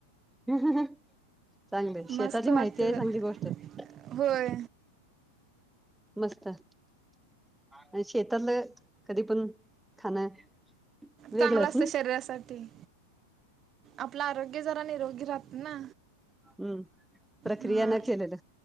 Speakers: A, in the centre; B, on the right.
A: चांगलंय शेताची
B: मस्त वाटतं
A: माहिती आहे
B: जरा
A: चांगली गोष्ट आहे.
B: होय.
A: मस्त अच शेतातलं कधी पण खाणं वेगळंच
B: चांगलं असत
A: ना
B: शरीरासाठी. आपलं आरोग्य जरा निरोगी राहत ना.
A: हम्म. प्रक्रिया
B: हा
A: न केलेलं